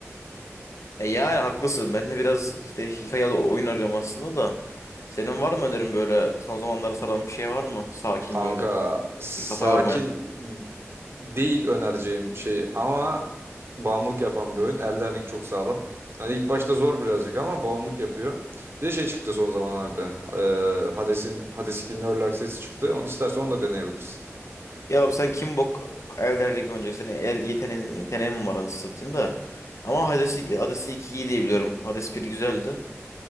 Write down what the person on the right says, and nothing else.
kanka
sakin
değil önereceğim şey ama bağımlılık yapan bir oyun. Elden Ring çok sağlam. Hani ilk başta zor birazcık ama bağımlılık yapıyor. Bir de şey çıktı son zamanlarda. Ee, Hades'in Hades 2'nin Early Access'i çıktı. Onu istersen onu da deneyebilirsin.